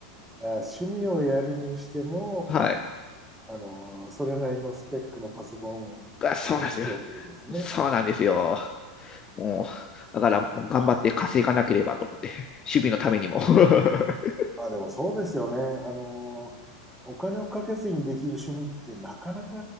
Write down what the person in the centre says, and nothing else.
いや、趣味をやるにしても、
あの、それなりのスペックのパソコンが必要ということですね。
あ
あ、でもそうですよね。あの、お金をかけずにできる趣味ってなかなか